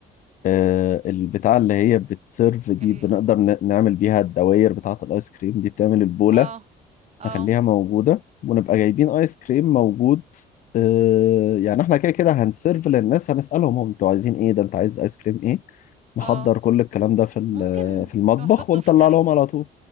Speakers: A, on the left (about 50°); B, on the right (about 40°).
A: أه البتاع اللي هي بتسيرف دي
B: ال...
A: بنقدر ن- نعمل بيها الدوائر بتاعة الآيس كريم دي بتعمل البولة
B: اه
A: نخليها
B: اه
A: موجودة ونبقى جايبين آيس كريم موجود آه، يعني احنا كده كده هنسيرف للناس هنسألهم هم انتوا عايزين ايه ده انت عايز آيس كريم ايه نحضر
B: اه
A: كل الكلام ده في ال-
B: ممكن
A: في المطبخ
B: نحطه
A: ونطلع
B: في تلج
A: لهم على طول